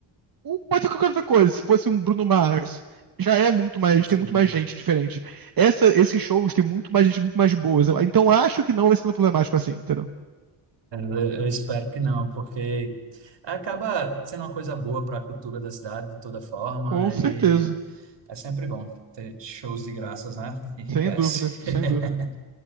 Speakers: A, on the right (about 45°); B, on the right (about 60°).
A: ou Pode ser qualquer outra coisa, se fosse um Bruno Mars, já é muito mais,
B: Sim.
A: tem muito mais gente diferente. Essa, esses shows tem muito mais gente, muito mais boas. Eu- Então, acho que não vai ser tão problemático assim, entendeu?
B: Eu, eu espero que não, porque acaba sendo uma coisa boa para a cultura da cidade de toda forma
A: Com certeza.
B: e é sempre bom ter shows de graças, né? Enriquece.
A: Sem dúvida, sem
B: <laughs>
A: dúvida.